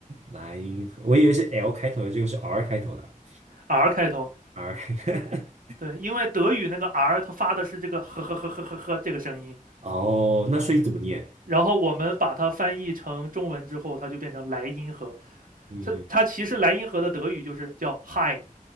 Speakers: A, on the right (about 55°); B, on the right (about 75°).
A: 莱茵河，我以为是 L 开头的，结果是 R 开头的
B: ，R 开头。
A: ，R <laughs> 开头。
B: 对，因为德语那个 R 它发的是这个呵呵呵呵呵呵这个声音，
A: <laughs> 哦，那所以怎么念？
B: 然后我们把它翻译成中文之后，它就变成莱茵河。
A: 嗯
B: 它它其实莱茵河的德语就是叫 Hein。